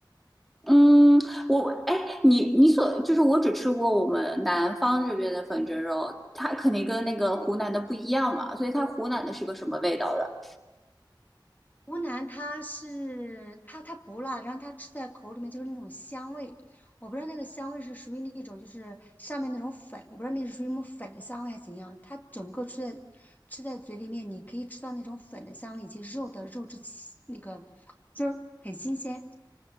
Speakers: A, in the centre; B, on the left (about 20°).
A: 嗯，我哎，你你所就是我只吃过我们南方这边的粉蒸肉，它肯定跟那个湖南的不一样嘛，所以它湖南的是个什么味道的？
B: 湖南它是它它不辣，然后它吃在口里面就是那种香味，我不知道那个香味是属于那种就是上面那种粉，我不知道那是属于什么粉的香味还是怎样，它整个吃在吃在嘴里面，你可以吃到那种粉的香味以及肉的肉质的新那个汁儿很新鲜。